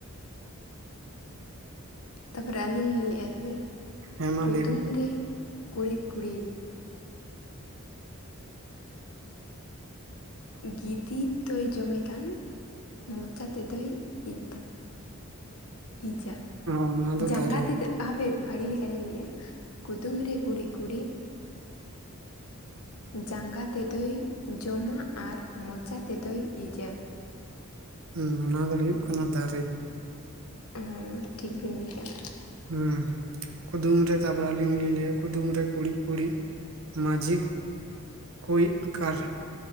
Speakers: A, on the left; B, on the right.
A: ᱛᱟᱯᱚᱨᱮ ᱟᱹᱞᱤᱧ ᱞᱤᱧ ᱞᱮᱫᱼᱟ ᱛᱚᱵᱮ
B: ᱦᱮᱸ ᱢᱟ
A: ᱠᱩᱫᱩᱢ
B: ᱞᱟᱹᱭ ᱵᱤᱱ
A: ᱨᱮ ᱠᱩᱲᱤᱫ ᱠᱩᱲᱤᱫ ᱜᱤᱫᱤ ᱛᱚᱭ ᱡᱚᱢᱮ ᱠᱟᱱ ᱢᱚᱪᱟ ᱛᱮᱫᱚᱭ ᱤᱡ ᱫᱟ ᱾ ᱤᱡᱟ
B: ᱚᱱᱟ ᱫᱚ
A: ᱡᱟᱸᱜᱟ
B: ᱫᱟᱨᱮ
A: ᱛᱮᱫᱚ ᱦᱟᱯᱮ, ᱵᱷᱟᱜᱮ ᱞᱮᱠᱟᱞᱤᱤᱧ ᱠᱩᱫᱩᱢ ᱨᱮ ᱠᱩᱲᱤᱫ ᱠᱩᱲᱤᱫ ᱡᱟᱸᱜᱟ ᱛᱮᱫᱚᱭ ᱡᱚᱢᱟ ᱟᱨ ᱢᱚᱪᱟ ᱛᱮᱫᱚᱭ ᱤᱡᱟ ᱾
B: ᱦᱩᱸ ᱚᱱᱟ ᱫᱚ ᱦᱩᱭᱩᱜ ᱠᱟᱱᱟ ᱫᱟᱨᱮ ᱾
A: ᱦᱩᱸ ᱴᱷᱤᱠ ᱵᱤᱱ ᱞᱟᱹᱭ ᱠᱟᱜᱼᱟ ᱾
B: ᱦᱮᱸ ᱠᱩᱫᱩᱢ ᱨᱮ ᱛᱟᱯᱚᱨᱮ ᱞᱤᱝ ᱞᱤᱧ ᱞᱟᱹᱭᱟ ᱠᱩᱫᱩᱢ ᱨᱮ ᱠᱩᱲᱤᱫ ᱠᱩᱲᱤᱫ ᱢᱟᱹᱡᱷᱤ ᱠᱚᱭᱤᱡ ᱠᱟᱨ